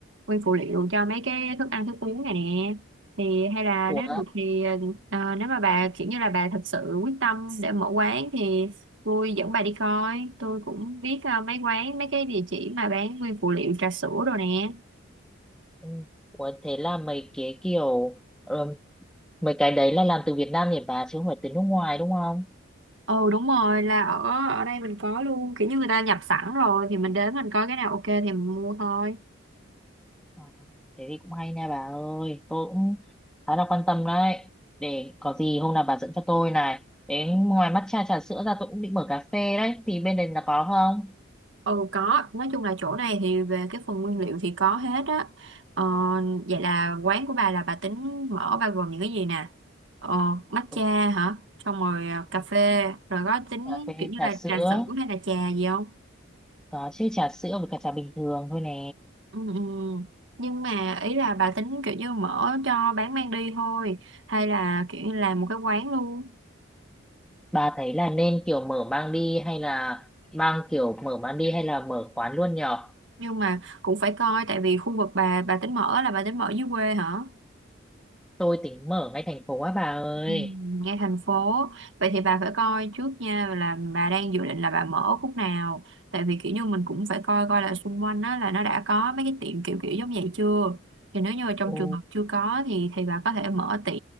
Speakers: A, on the right (about 65°); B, in the centre.
A: nguyên phụ liệu cho mấy cái thức ăn thức uống này nè thì hay là
B: ủa
A: nếu được thì ờ, nếu mà bà kiểu như là bà thật sự quyết tâm để mở quán thì tôi dẫn bà đi coi tôi cũng biết ờ, mấy quán mấy cái địa chỉ mà bán nguyên phụ liệu trà sữa rồi nè
B: ừ, ủa thế là mấy cái kiểu ờ, mấy cái đấy là làm từ Việt Nam nhỉ bà chứ không phải từ nước ngoài đúng không
A: ồ đúng rồi là ở ở đây mình có luôn kiểu như người ta nhập sẵn rồi thì mình đến mình coi cái nào ok thì mình mua thôi
B: À, thế thì cũng hay nha bà ơi tôi cũng khá là quan tâm đấy để có gì hôm nào bà dẫn cho tôi này đến ngoài matcha trà sữa ra tôi cũng định mở cà phê đấy thì bên đây là có không
A: Ừ có, nói chung là chỗ này thì về cái phần nguyên liệu thì có hết á. Ờ, vậy là quán của bà là bà tính mở bao gồm những cái gì nè? Ờ, matcha
B: ừ.
A: hả? Xong rồi à, cà
B: ừ,
A: phê, rồi có tính
B: cà phê
A: kiểu như
B: trà
A: là
B: sữa
A: trà sữa hay là trà gì không?
B: có chứ trà sữa với cả trà bình thường thôi nè
A: Ừ, ừ. Nhưng mà ý là bà tính kiểu như mở cho bán mang đi thôi hay là kiểu như làm một cái quán luôn.
B: bà thấy là nên kiểu mở mang đi hay là mang kiểu mở mang đi hay là mở quán luôn nhở
A: Nhưng mà cũng phải coi tại vì khu vực bà bà tính mở là bà tính mở dưới quê hả?
B: tôi tính mở ngay thành phố á bà ơi
A: Ừ, Ngay thành phố vậy thì bà phải coi trước nha là bà đang dự định là bà mở khúc nào tại vì kiểu như mình cũng phải coi coi là xung quanh đó là nó đã có mấy cái tiệm kiểu kiểu giống vậy chưa thì nếu như mà trong
B: ồ
A: trường hợp chưa có thì thì bà có thể mở tiệm